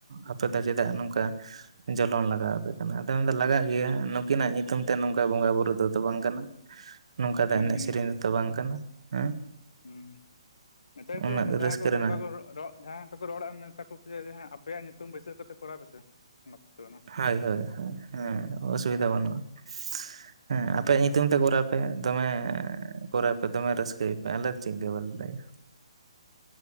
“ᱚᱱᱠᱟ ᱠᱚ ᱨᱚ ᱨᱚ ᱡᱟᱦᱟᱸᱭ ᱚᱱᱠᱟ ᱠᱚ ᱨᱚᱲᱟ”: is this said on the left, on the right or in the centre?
Left